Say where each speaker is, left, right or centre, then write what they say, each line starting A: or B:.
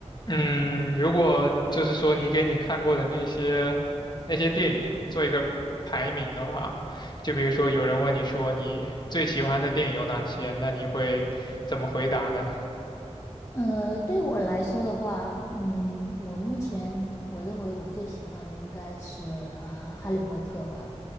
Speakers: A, on the left (about 40°); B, on the left (about 25°).
A: 嗯，如果就是说你给你看过的那些那些电影做一个排名的话，就比如说有人问你说你最喜欢的电影有哪些，那你会怎么回答呢？
B: 呃，对我来说的话，嗯，我目前我认为我最喜欢的应该是呃《哈利波特》吧，